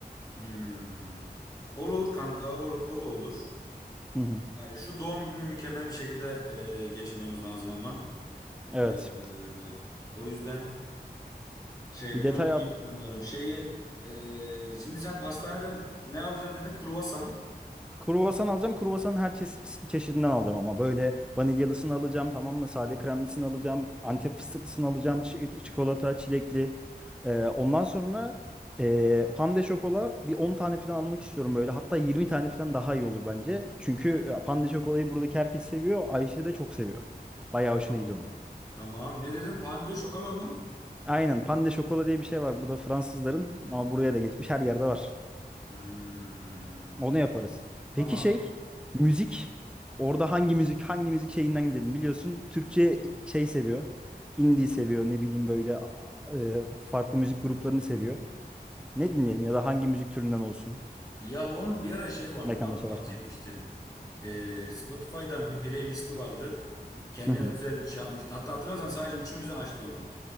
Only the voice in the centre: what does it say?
Hı hı.
Evet.
Bir detay
Kruvasan alacağım. Kruvasanın her çeşit, çeşidinden alacağım ama böyle vanilyalısını alacağım tamam mı? Sade kremlisini alacağım. Antep fıstıklısını alacağım. çi- çikolata, çilekli. Ee, ondan sonra e, pande şokola bir 10 tane falan almak istiyorum böyle. Hatta 20 tane falan daha iyi olur bence. Çünkü e, pande şokolayı buradaki herkes seviyor. Ayşe de çok seviyor. Bayağı hoşuna
gidiyor onun.
Aynen pande şokola diye bir şey var burada Fransızların ama buraya da geçmiş her yerde var.
Onu yaparız. Peki
şey, müzik. Orada hangi müzik, hangi müzik şeyinden gidelim? Biliyorsun Türkçe şey seviyor. Indie seviyor, ne bileyim böyle a- e, farklı müzik gruplarını seviyor. Ne dinleyelim ya da hangi müzik türünden olsun
mekanda
çalarken?
Hı hı.